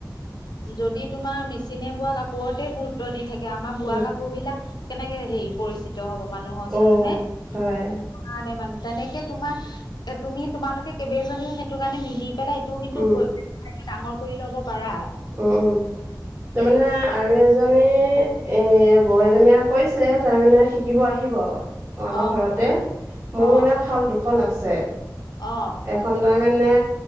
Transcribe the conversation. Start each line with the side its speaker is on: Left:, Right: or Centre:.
Left: যদি তোমাৰ মেচিনে বোৱা কাপোৰতে গুৰুত্ব দি থাকে, আমাৰ বোৱা
Right: উম।
Left: কাপোৰবিলাক কেনেকে হেৰি পৰিচি ত হ'ব মানুহৰ ওচৰত,
Right: উম,
Left: হয় নে।
Right: হয়।
Left: কাৰণে মানে, তেনেকে তোমাৰ এ তুমি তোমালোকে কেবেজনীও সেইটো কাৰণে মিলি পেলাই এইটোও কিন্তু
Right: উম।
Left: কৰি ডাঙৰ কৰি ল'ব পাৰা।
Right: উম, উম। তাৰমানে আৰু এজনী এ বৌ এজনীয়ে কৰিছে, তাই মানে শিকিব আহিব অ', আমাৰ
Left: অ
Right: ঘৰতে, মোৰ
Left: অ
Right: মানে শাল দুখন আছে।
Left: অ'।
Right: <unintelligible> মে